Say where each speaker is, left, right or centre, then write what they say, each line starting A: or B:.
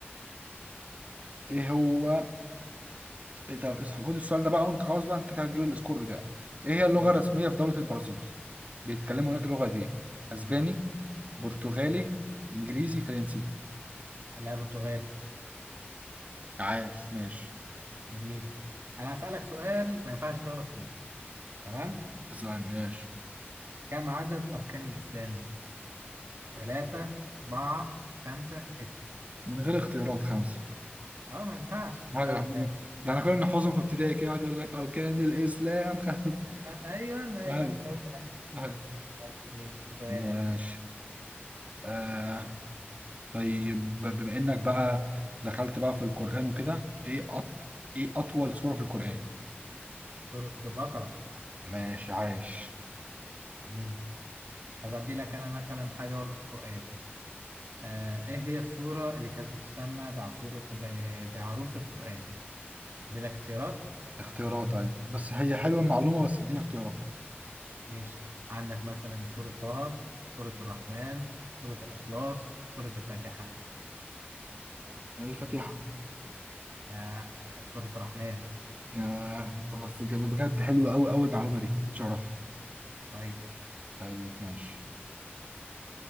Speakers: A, on the right; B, on the right.
A: إيه هو إيه طب اس- خد السؤال ده بقى وأنت خلاص بقى أنت كده هتجيب السكور بتاعك إيه هي اللغة
B: ماشي
A: الرسمية في دولة البرازيل؟ بيتكلموا هناك لغة دي أسباني برتغالي إنجليزي فرنسي
B: لا برتغالي
A: عاش ماشي
B: جميل انا هسألك سؤال ما ينفعش تغلط فيه تمام
A: تسعة عن ماشي
B: كم عدد اركان الاسلام 3 4 5 6
A: من غير اختيارات خمسة
B: اه ما ينفعش ما ينفعش
A: أيوة إحنا-
B: ده
A: ده احنا كنا بنحفظهم في ابتدائي كده يقعد يقول لك أركان الإسلام <laughs>
B: ايوه ايوه
A: أيوة،
B: هو ده
A: أيوة.
B: طيب ماشي سؤالك
A: ماشي آه طيب بما إنك بقى دخلت بقى في القرآن وكده إيه أط... إيه أطول سورة في القرآن؟
B: سورة البقرة
A: ماشي عايش
B: جميل طب أدي لك أنا مثلا حاجة برضه في القرآن آه إيه هي السورة اللي كانت بتسمى بعصور ب... بعروس القرآن أدي لك اختيارات
A: اختيارات أيوة بس هي حلوة المعلومة بس اديني اختيارات
B: ماشي عندك مثلا سورة طه سورة الرحمن سورة الإخلاص سورة الفاتحة
A: الفاتحة
B: لا كانت سورة الرحمن
A: آه طب بس بجد حلوة أوي أوي المعلومة دي تشرف
B: كويس
A: طيب ماشي